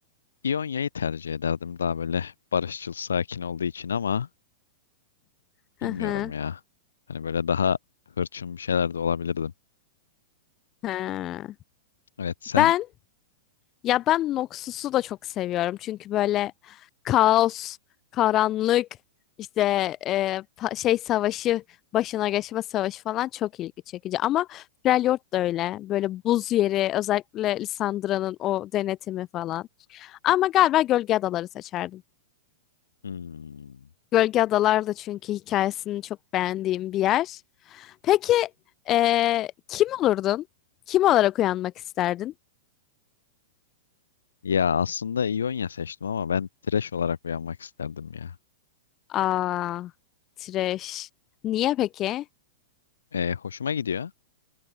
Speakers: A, on the left; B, on the left.
A: İonya'yı tercih ederdim daha böyle barışçıl sakin olduğu için ama
B: Hı
A: bilmiyorum
B: hı.
A: ya. Hani böyle daha hırçın bir şeyler de olabilirdim.
B: Ha.
A: Evet sen?
B: Ben Ya ben Noxus'u da çok seviyorum. Çünkü böyle kaos, karanlık, işte e, pa- şey savaşı, başına geçme savaşı falan çok ilgi çekici. Ama Freljord da öyle. Böyle buz yeri, özellikle Lissandra'nın o denetimi falan. Ama galiba Gölge Adaları seçerdim.
A: Hmm.
B: Gölge Adalar da çünkü hikayesini çok beğendiğim bir yer. Peki e, kim olurdun? Kim olarak uyanmak isterdin?
A: Ya aslında İonya seçtim ama ben Thresh olarak uyanmak isterdim ya.
B: Aa, Tireş. Niye peki?
A: Ee, hoşuma gidiyor.